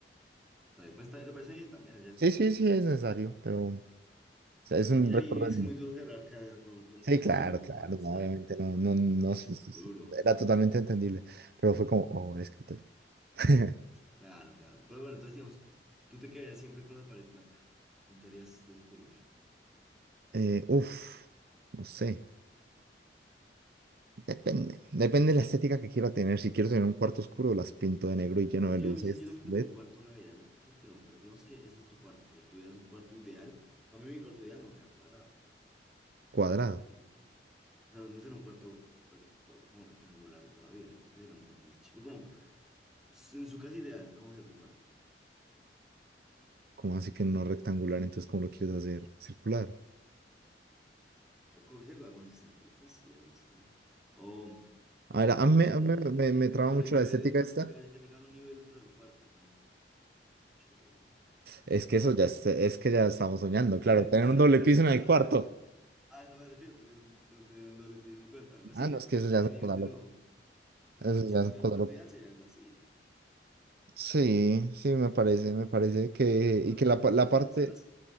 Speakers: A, in the centre; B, on the right.
A: Está bien, pues está- te parece bien también, ya es
B: Sí,
A: un proceso
B: sí, sí,
A: que pasó.
B: es necesario, pero... O sea, es un
A: Ah, y también
B: recuerdo.
A: es que es muy duro cargar, cargar con, con
B: Sí,
A: un escritorio
B: claro,
A: de una
B: claro,
A: mudanza,
B: no, obviamente, no, no, no,
A: es
B: s- s-
A: duro,
B: s- era totalmente entendible, pero fue como, oh, el escritorio. <laughs>
A: claro, claro. Pero bueno, entonces digamos, tú te quedarías siempre con la pared blanca, pintarías de tu color.
B: Eh, uf, no sé, depende, depende de la estética que quiera tener, si quiero tener un cuarto oscuro, las pinto de negro y lleno
A: Sí,
B: de luces
A: Yo, también- yo también siento
B: LED
A: que un cuarto no debería. es que, pero, pero digamos que ese es tu cuarto, pero si tuvieras un cuarto ideal, a mí mi cuarto ideal no será cuadrado,
B: cuadrado,
A: fijo. O sea, no será un cuarto re- cua- como rectangular toda la vida, siento que será un cuarto más chico. Como s- en su casa ideal, ¿cómo será tu cuarto?
B: como así que no rectangular, entonces, ¿cómo lo quieres hacer? Circular.
A: Como si algo más excéntrico, sí, algo así. O, o
B: A
A: que
B: ver,
A: tenga,
B: a mí,
A: no
B: me,
A: sé,
B: a
A: un,
B: mí
A: un,
B: me-
A: un,
B: me-
A: un-
B: me traba
A: un doble
B: mucho
A: nivel
B: la estética
A: dentro,
B: esta,
A: que tenga- que tengas un nivel dentro del cuarto, por ejemplo. Chévere.
B: es que
A: No,
B: eso ya, es, es que ya estamos soñando,
A: el-
B: claro, tener
A: a
B: un
A: eso
B: doble
A: me refiero,
B: piso en el
A: a,
B: cuarto,
A: ese- a eso me refiero, tener un, no tener un doble piso en el cuarto, algo así,
B: ah, no, es que eso
A: a
B: ya
A: ese
B: es
A: nivel
B: cosa
A: de
B: loca,
A: lujo. O sea,
B: eso
A: si
B: ya
A: tuviera
B: es cosa
A: mi cuarto
B: loca.
A: ideal sería algo así.
B: Sí, sí, me parece, me parece que,
A: Una-
B: y que la,
A: e-
B: pa- la
A: e-
B: parte,
A: esas salas,